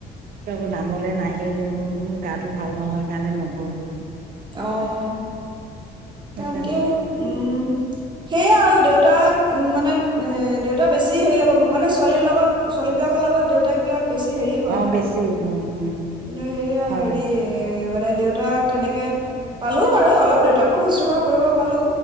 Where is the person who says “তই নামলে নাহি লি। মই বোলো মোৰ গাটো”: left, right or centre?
Right